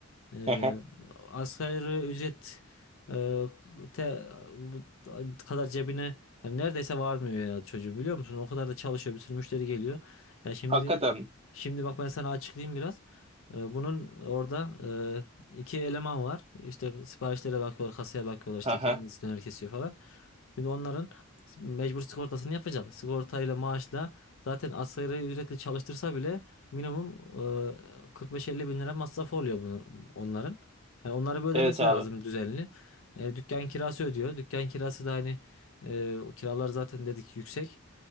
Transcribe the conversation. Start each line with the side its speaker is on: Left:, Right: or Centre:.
Left: Ee,
Right: aha.
Left: asgari ücret e, te- kadar cebine yani neredeyse varmıyor ya çocuğun biliyor musun? O kadar da çalışıyor bir sürü müşteri geliyor. Ya şimdi
Right: Hakikaten. mi?
Left: şimdi bak ben sana açıklayayım biraz. Ee, bunun orada e, iki eleman var. İşte siparişlere bakıyorlar, kasaya bakıyorlar işte
Right: Aha.
Left: kendisi döner kesiyor falan. Şimdi onların mecbur sigortasını yapacak. Sigortayla maaşla zaten asgari ücretle çalıştırsa bile Minimum e, 45-50 bin lira masrafı oluyor bunu onların. Yani onları bir ödemesi
Right: Evet abi.
Left: lazım düzenli. E, dükkan kirası ödüyor. Dükkan kirası da hani e, o kiralar zaten dedik yüksek.